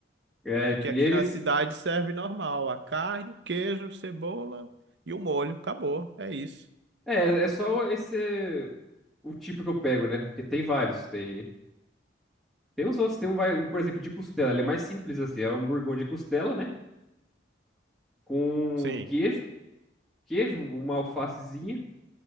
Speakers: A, in the centre; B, on the right.
A: É,
B: Porque
A: e
B: aqui
A: eles
B: na cidade serve normal, a carne, queijo, cebola e o molho. Acabou, é isso.
A: é, é só esse o tipo que eu pego, né? Porque tem vários, tem tem uns outros, tem um, vai- um, por exemplo, de costela, ele é mais simples assim, é um hamburgão de costela, né? com
B: Sim,
A: queijo, queijo, uma alfacezinha,